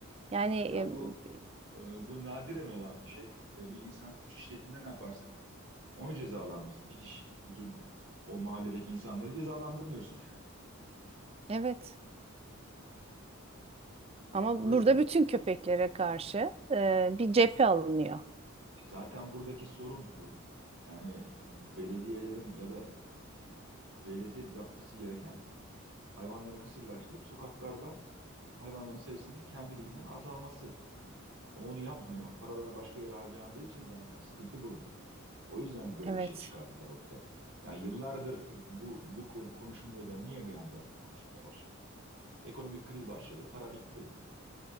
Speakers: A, on the right (about 30°); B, on the right (about 70°).
A: Yani e,
B: Ya bu e, bu nadiren olan bir şey. E, bir insan suç işlediğinde ne yaparsın? Onu cezalandırırsın. Bir kişiyi, bütün o mahalledeki insanları cezalandırmıyorsun yani.
A: evet ama
B: Böyle.
A: burada bütün köpeklere karşı e, bir cephe alınıyor.
B: E Zaten buradaki sorun e, yani belediyelerin ya da devletin yapması gereken hayvanları kısırlaştırıp sokaklarda hayvanların sayısının kendiliğinden azalması. Ama onu yapmıyor. paralara başka yere harcandığı için zaten sıkıntı burada. O yüzden böyle
A: Evet.
B: bir şey çıkardılar ortaya. Yani yıllardır bu, bu konu konuşulmuyor da niye bir anda konuşulmaya başlandı? Ekonomik kriz başladı, para bitti.